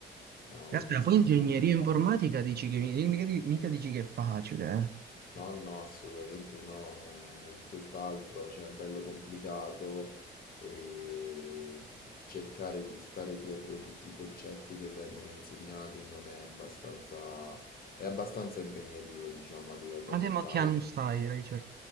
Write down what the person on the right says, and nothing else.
Aspetta,
poi ingegneria
informatica dici che mi- mica, di- mica dici che è facile, eh.
Ma
te ma che anno stai, Richard?